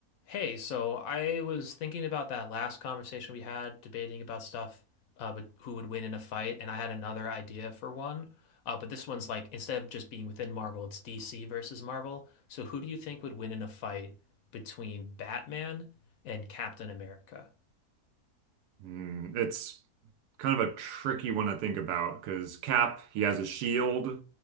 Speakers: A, on the left (about 70°); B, on the right (about 85°).
A: Hey, so I was thinking about that last conversation we had, debating about stuff, uh, but who would win in a fight, and I had another idea for one. Uh, but this one's like instead of just being within Marvel, it's DC versus Marvel. So who do you think would win in a fight between Batman and Captain America?
B: Hmm, it's kind of a tricky one to think about because Cap, he has a shield.